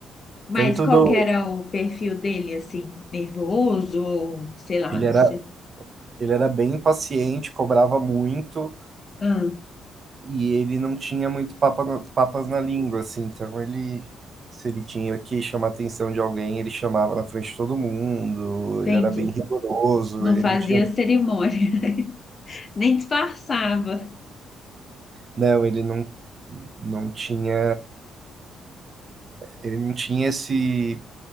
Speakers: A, on the left; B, on the right.
A: mas
B: Tanto
A: qual
B: do.
A: que era o perfil dele, assim? Nervoso ou sei lá,
B: Ele
A: não
B: era
A: sei.
B: Ele era bem impaciente, cobrava muito
A: Ah,
B: e ele não tinha muito papa na- papas na língua, assim. Então ele, se ele tinha que chamar a atenção de alguém, ele chamava na frente de todo mundo.
A: entendi.
B: Ele era bem rigoroso.
A: Não
B: Ele
A: fazia
B: não tinha,
A: cerimônia. Nem disfarçava.
B: não, ele não, não tinha, ele não tinha esse.